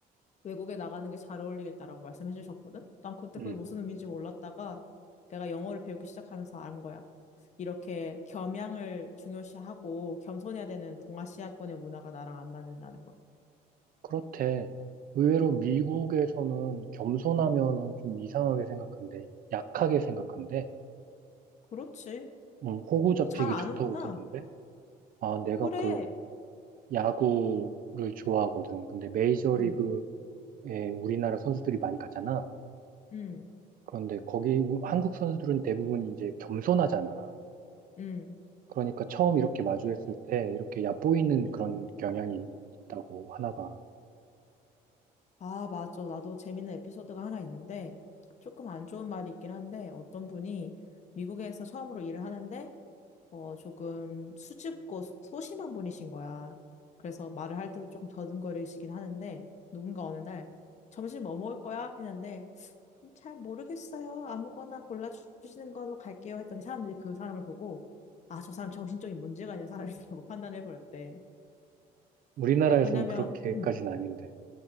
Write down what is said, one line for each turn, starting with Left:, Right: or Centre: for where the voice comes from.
Left: 외국에 나가는 게 잘 어울리겠다라고 말씀해 주셨거든? 난 그때
Right: 음,
Left: 그게 무슨 의미인지 몰랐다가 내가 영어를 배우기 시작하면서 안 거야. 이렇게 겸양을 중요시하고 겸손해야 되는 동아시아권의 문화가 나랑 안 맞는다는 거야.
Right: 그렇대. 의외로 미국에서는 겸손하면은 좀 이상하게 생각한대. 약하게 생각한대.
Left: 그렇지.
Right: 음, 호구 잡히기
Left: 어, 잘 아는구나.
Right: 좋다고 그러던데. 아, 내가
Left: 그래.
Right: 그 야구를 좋아하거든. 근데 메이저리그에
Left: 응,
Right: 우리나라 선수들이 많이 가잖아.
Left: 응,
Right: 그런데 거기 우- 한국 선수들은 대부분 이제 겸손하잖아.
Left: 응.
Right: 그러니까 처음 이렇게 마주했을 때 이렇게 얕보이는 그런 경향이 있다고 하나 봐.
Left: 아, 맞아. 나도 재밌는 에피소드가 하나 있는데 조금 안 좋은 말이 있긴 한데 어떤 분이 미국에서 처음으로 일을 하는데 어, 조금 수줍고 소- 소심한 분이신 거야. 그래서 말을 할 때도 조금 더듬거리시긴 하는데, 누군가 어느 날, 점심 뭐 먹을 거야? 했는데, "음, 잘 모르겠어요. 아무거나 골라주시는 걸로 갈게요. 했더니 사람들이 그 사람을 보고, 아, 저 사람 정신적인 문제가 있는 사람이라고 <laughs> 판단해버렸대.
Right: 우리나라에선
Left: 왜냐면,
Right: 그렇게까지는
Left: 음,
Right: 아닌데.